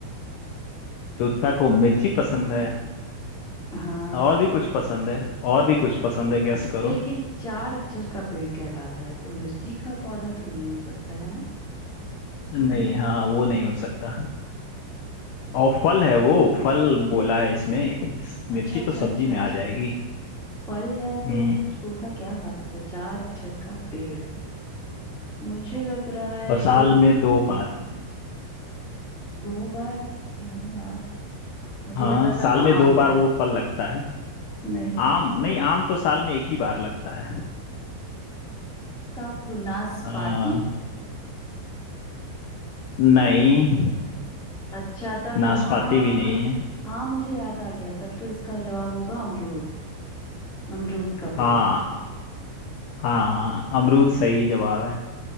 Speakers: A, on the left; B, in the centre.
A: तोता को मिर्ची पसंद है
B: हाँ
A: और भी कुछ पसंद है और भी कुछ पसंद है गेस करो
B: लेकिन चार अक्षर का पेड़ कहलाता है तो मिर्ची का पौधा तो नहीं हो सकता है ना हम्म
A: नहीं हाँ वो नहीं हो सकता और फल है वो फल बोला है इसमें मिर्ची
B: अच्छा अच्छा
A: तो सब्जी
B: अच्छा
A: में
B: अच्छा
A: आ जाएगी
B: फल है
A: हम्म
B: तो फिर तोता क्या खा सकता है चार अक्षर का पेड़ मुझे लग रहा है
A: और साल
B: ये
A: में दो बार
B: दो बार नहीं यार मुझे
A: हाँ
B: लग रहा
A: साल
B: था
A: में
B: आम
A: दो बार वो फल लगता है
B: नहीं
A: आम नहीं आम तो साल में एक ही बार लगता है
B: तब नाशपाती
A: आ, नहीं
B: अच्छा तब
A: नाशपाती
B: हाँ हाँ
A: भी
B: हाँ
A: नहीं
B: हाँ
A: है
B: हाँ मुझे याद आ गया तब तो इसका जवाब होगा अमरूद अमरूद का
A: हाँ
B: पेड़
A: हाँ अमरूद सही जवाब है